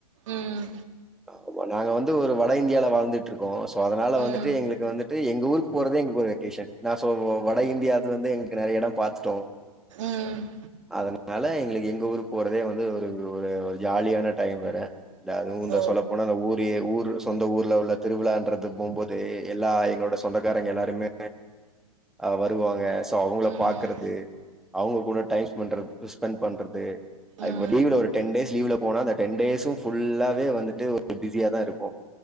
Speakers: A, on the right; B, in the centre.
A: ம்
B: ஆமா நாங்க வந் து ஒரு வட இந்தியால வாழ்ந்துட்ருக்கோ இப்போ அதனால வந்துட்டு
A: ம்
B: எங்களுக்கு வந்துட்டு எங் க ஊருக்கு போறதே எங்களுக்கு ஒரு வெக்கேஷன் <unintelligible> ப்போ வ வட இந்தியாது வந்து எங்களுக்கு நெறைய எடோ பாத்துட்டோ.
A: ம்
B: அதனால எங்களுக்கு எங்க ஊருக்கு போறதே வந்து ஒரு ஒரு ஒரு ஜாலியான டயம் வேற. <unintelligible> அதுவு இந்த
A: ஓ
B: சொல்ல போனா அந்த ஊரயே ஊரு சொந்த ஊர்ல உள்ள திருவிழான்றது போம்போது எல்லா எங்களோட சொந்தக்காரங்க எல்லாருமே அஹ் வருவாங்க. சோ அவுங்கள
A: ம்
B: பாக்கறது, அவங்க கூட டைம் ஸ்பண்ட்றது ஸ்பெண்ட் பண்றது அதுக்கு
A: ம்
B: இப்ப லீவ்ல ஒரு டென் டேஸ் லீவ்ல போனா அந்த டென் டேஸு ஃபுல்லாவே வந்துட்டு ஒரு பிஸியா தா இருப்போ